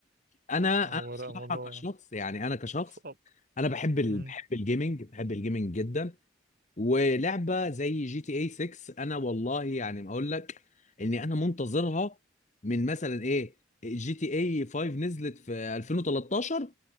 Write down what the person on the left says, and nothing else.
انا
انا بصراحه
كشخص يعني انا كشخص
انا بحب ال...
بحب الجيمنج بحب الجيمنج جدا ولعبه زي جي تي اي 6 انا والله يعني ما اقول لك اني انا منتظرها من مثلا ايه جي تي اي 5 نزلت في 2013